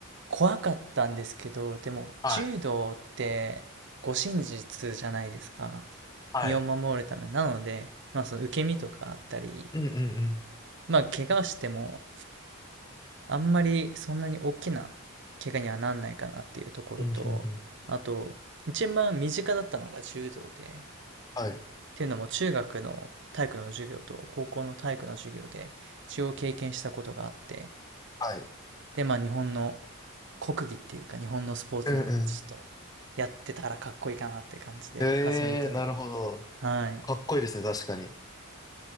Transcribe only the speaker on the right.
怖かったんですけど、でも柔道って護身術じゃないですか。
身を守るため。なので、まあその受け身とかあったり、
まあ怪我してもあんまりそんなに大きな怪我にはなんないかなっていうところと、
あと、一番身近だったのが柔道で、っ
ていうのも中学の体育の授業と高校の体育の授業で一応経験したことがあって、
で、まあ日本の国技っていうか日本のスポーツなんで、
ちょっとやってたらかっこいいかなって感じで始めて。
はい。